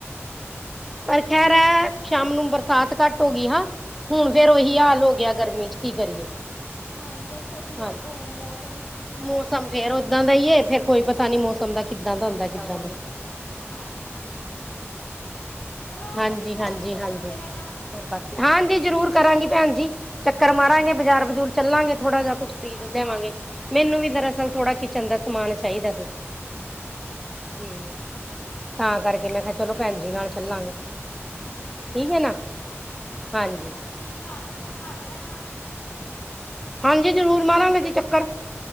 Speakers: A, in the centre; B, on the left (about 55°).
A: ਪਰ ਖੈਰ ਹੈ, ਸ਼ਾਮ ਨੂੰ ਬਰਸਾਤ ਘੱਟ ਹੋ ਗਈ ਹ ਹੁਣ ਫੇਰ ਉਹੀ
B: ਹਾਂਜੀ
A: ਹਾਲ
B: ਹਾਂਜੀ
A: ਹੋ ਗਿਆ, ਗਰਮੀ ਚ ਕੀ ਕਰੀਏ,
B: ਹਾਂ ਦੇਖੋ ਜੀ
A: ਹਾਂ
B: ਉਹ ਮੌਸਮ ਦੀ ਮਰਜ਼ੀ
A: ਮੌਸਮ ਫੇਰ ਓਦਾਂ ਦਾ ਹੈ, ਫੇਰ ਕੋਈ ਪਤਾ ਨੀ ਮੌਸਮ ਦਾ ਕਿੱਦਾਂ ਦਾ ਹੁੰਦਾ, ਕਿੱਦਾਂ ਦਾ
B: ਹਾਂਜੀ ਹਾਂਜੀ ਚਲੋ
A: ਹਾਂਜੀ,
B: ਫੋਨ
A: ਹਾਂਜੀ,
B: ਫੋਨ
A: ਹਾਂਜੀ
B: ਕਰਦੇ ਰਹਿਣਾ
A: ਹੋਰ ਬਾਕ ਹਾਂਜੀ, ਜ਼ਰੂਰ ਕਰਾਂਗੀ ਭੈਣ ਜੀ। ਚੱਕਰ ਮਾਰਾਂਗੇ,
B: ਚਲੋ
A: ਬਾਜ਼ਾਰ ਬਜ਼ੂਰ ਚੱਲਾਂਗੇ,
B: ਹਾਂਜੀ
A: ਥੋੜਾ ਜਿਹਾ ਕੁੱਝ ਖਰੀਦ
B: ਹਾਂ
A: ਲਿਆਵਾਂਗੇ,
B: ਹਾਂਜੀ
A: ਮੈਨੂੰ ਵੀ ਦਰਅਸਲ ਥੋੜਾ ਕਿਚਨ ਦਾ ਸਮਾਨ ਚਾਹੀਦਾ ਸੀ,
B: ਅੱਛਾ ਅੱਛਾ
A: ਹੂੰ ਤਾਂ ਕਰਕੇ ਮੈਂ ਕਿਹਾ, ਚਲੋ ਭੈਣਜੀ ਨਾਲ ਚੱਲਾਂਗੇ। ਠੀਕ
B: ਹਾਂਜੀ,
A: ਹੈ ਨਾ
B: ਹਾਂਜੀ,
A: ਹਾਂਜੀ
B: ਚਲੋ ਠੀਕ ਅਜਕਰਮਾਦਰਹਿ ਨਾ।
A: ਹਾਂਜੀ, ਜ਼ਰੂਰ ਮਾਰਾਂਗੇ ਜੀ ਚੱਕਰ